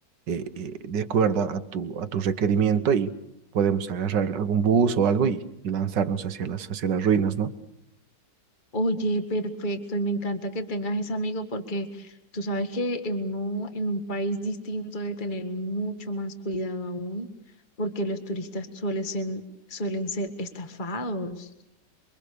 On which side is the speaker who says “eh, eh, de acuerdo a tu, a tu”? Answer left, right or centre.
Right